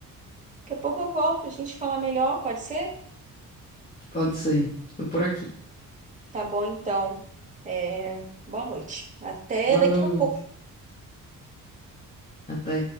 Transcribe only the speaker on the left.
pode ser. Tô por aqui.
Boa
noite.
Até.